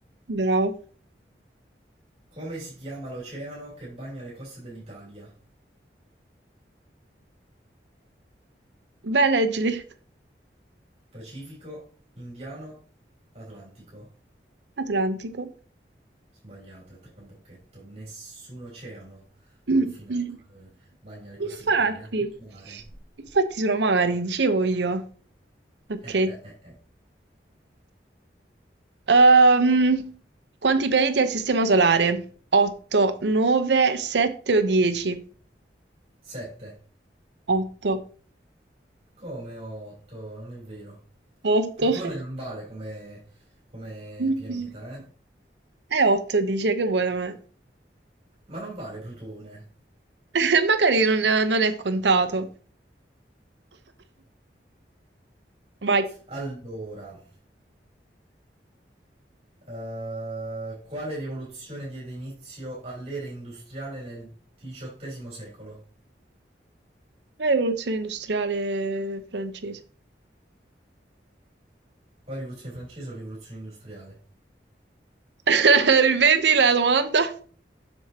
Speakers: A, on the right; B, on the right.
A: Bravo.
B: Come si chiama l'oceano che bagna le coste dell'Italia?
A: Beh, leggili.
B: Pacifico, Indiano, Atlantico.
A: Atlantico.
B: Sbagliato, è trabocchetto. Nessun oceano
A: <clears throat>
B: confina- eh, bagna le coste
A: Infatti,
B: d'Italia, è tutto mare.
A: infatti sono mari, dicevo io. Ok.
B: Eh, eh, eh, eh.
A: Ehm, quanti pianeti ha il Sistema Solare? 8, 9, 7 o 10?
B: 7.
A: 8.
B: Come 8? Non è vero.
A: Otto.
B: Plutone
A: <laughs>
B: non vale come, come
A: Mm-mm.
B: pianeta, eh?
A: È 8, dice, che buona me.
B: Ma non vale Plutone.
A: <laughs> Magari non, non è contato. Vai.
B: Allora, eh, quale rivoluzione diede inizio all'era industriale nel XVIII secolo?
A: La rivoluzione industriale francese.
B: O rivoluzione francese o rivoluzione industriale?
A: <laughs> Ripeti la domanda?